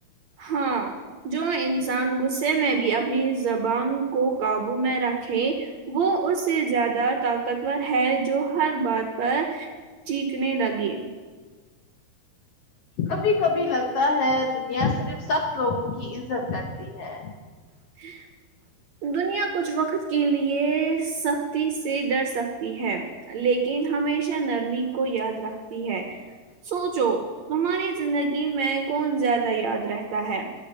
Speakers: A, on the right; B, on the left.
A: ہاں جو انسان غصے میں بھی اپنی زبان کو قابو میں رکھے وہ اس سے زیادہ طاقتور ہے جو ہر بات پر چیکنے لگے
B: کبھی کبھی لگتا ہے دنیا صرف سخت لوگوں کی عزت کرتی ہے
A: ہ دنیا کچھ وقت کے لیے سختی سے ڈر سکتی ہے لیکن ہمیشہ نرمی کو یاد رکھتی ہے سونچو تمہاری زندگی میں کون زیادہ یاد رہتا ہے